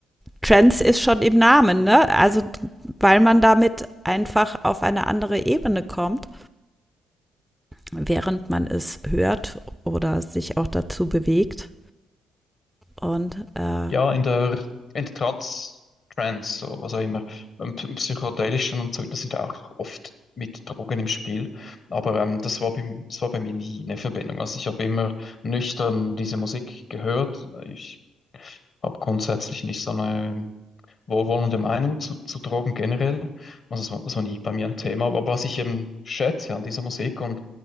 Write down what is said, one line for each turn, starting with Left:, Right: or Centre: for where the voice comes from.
Centre: Trans ist schon im Namen, ne? Also weil man damit einfach auf eine andere Ebene kommt, während man es hört oder sich auch dazu bewegt. Und äh,
Left: ja, in der, in der Trans, Trans, so, was auch immer, ähm, p- im psychedelischen und so, das sind auch oft mit Drogen im Spiel. Aber ähm, das war bei, das war bei mir nie eine Verbindung. Also ich habe immer nüchtern diese Musik gehört. Ich habe grundsätzlich nicht so eine wohlwollende Meinung zu, zu Drogen generell. Also das war, das war nie bei mir ein Thema. Aber was ich eben schätze an dieser Musik und